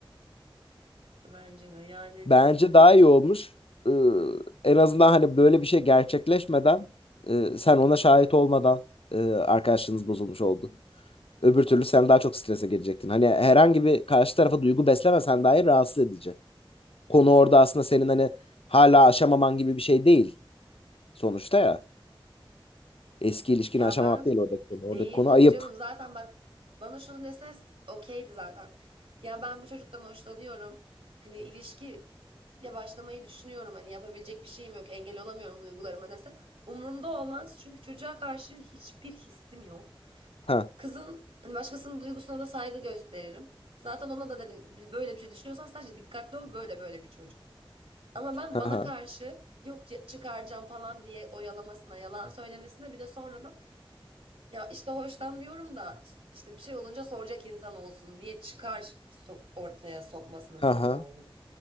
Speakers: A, on the right (about 85°); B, on the left (about 90°).
A: Bence de yani
B: Bence daha iyi olmuş. Iı, en azından hani böyle bir şey gerçekleşmeden ıı, sen ona şahit olmadan ıı, arkadaşlığınız bozulmuş oldu. Öbür türlü sen daha çok strese girecektin. Hani herhangi bir karşı tarafa duygu beslemesen dahi rahatsız edici. Konu orada aslında senin hani hala aşamaman gibi bir şey değil sonuçta ya. Eski ilişkini
A: ya
B: aşamamak
A: ben
B: değil oradaki konu.
A: değil
B: Oradaki konu
A: tabii
B: ayıp.
A: canım zaten bak bana şunu dese okeydi zaten. Ya ben bu çocuktan hoşlanıyorum. Hani ilişki ya başlamayı düşünüyorum. Hani yapabilecek bir şeyim yok. Engel olamıyorum duygularıma dese. Umurumda olmaz. Çünkü çocuğa karşı hiçbir hissim yok.
B: Ha
A: Kızın hani başkasının duygusuna da saygı gösteririm. Zaten ona da dedim böyle bir şey düşünüyorsan sadece dikkatli ol böyle böyle bir çocuk. Ama ben
B: ha
A: bana
B: ha
A: karşı yok c- çıkaracağım falan diye oyalamasına, yalan söylemesine bir de sonradan ya işte hoşlanmıyorum da işte bir şey olunca soracak insan olsun diye çıkar so- ortaya sokmasına
B: ha.
A: sinir
B: ha.
A: oldum.